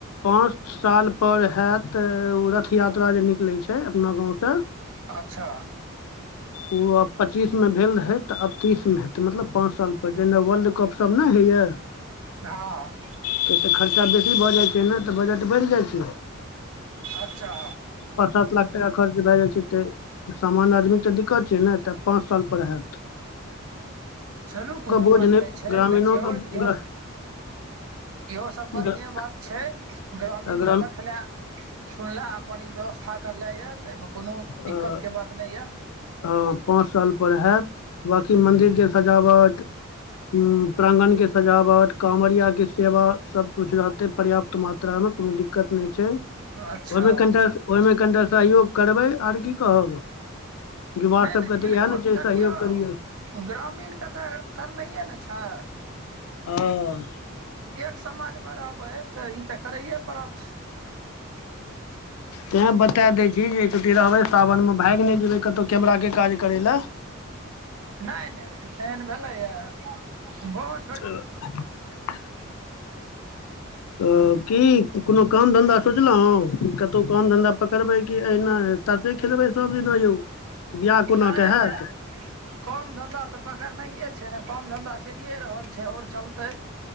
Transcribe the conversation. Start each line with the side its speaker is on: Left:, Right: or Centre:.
Left: पाँच सालपर हैत ओ रथ यात्रा जे निकलै छै अपना गाँवसँ
Right: अच्छा
Left: उ आब पच्चीस मे भेल रहै तऽ आब तीस मे हेतै मतलब पाँच साल पर जेना वर्ल्ड कप सब नय होइए
Right: हँ
Left: किए तऽ खर्चा बेसी भऽ जाइ छै ने तऽ बजट बैढ़ जाइ छै
Right: अच्छा
Left: पाच सात लाख टाका खर्च भए जाइ छै तऽ सामान आदमी तऽ दिक्कत छै ने तऽ पाँच साल पर होयत
Right: चलू कोनो
Left: बोझ
Right: बात नहि छै
Left: ग्रामीणो
Right: देखियौ
Left: के
Right: इहो
Left: ग्र-
Right: इहो सब बढ़िएं
Left: ग्र-
Right: बात छै ग्रामीण
Left: ग्राम
Right: के देखले सुनले अपन ई व्यवस्था करले ये तऽ एहिमे कोनो दिक्कतके
Left: अ,
Right: बात नहि यऽ
Left: हँ पाँच साल पर हैत बाकी मन्दिरके सजावट हूंम्म प्रांगण के सजावट काँवरिया के सेवा सब कुछ रहतै पर्याप्त मात्रामे कोनो दिक्कत नहि छै ओहिमे
Right: अच्छा
Left: कनिटा ओहिमे कनिटा सहयोग करबै आर की कहब युवा
Right: नहि
Left: सबके
Right: नहि बिलकुल
Left: तऽ इएह ने छै
Right: देखियौ
Left: सहयोग करियै
Right: ग्रामीणके तऽ करनाइए ने छै
Left: हँ
Right: एक समाजमे रहबै तऽ ई तऽ करैए पड़त <inaudible>
Left: तैँ बता दै छी जे चुकि रहबै सावनमे भाइग नहि जेबै कतौ केमराके काज करै लए
Right: नहि नहि एहन भेलैया या गँ
Left: ह <inaudible>
Right: <inaudible>
Left: ओ की कोनो काम धन्धा सोचलहुँ कतोह काम धन्धा पकड़बै कि एहिना तासेे खेलबै सब दिना यौ बियाह कोना
Right: नहि
Left: के हैत
Right: नहि काम धंधा तऽ पकड़नैये छै ने काम धंधा चलिए रहल छै ओर चलतै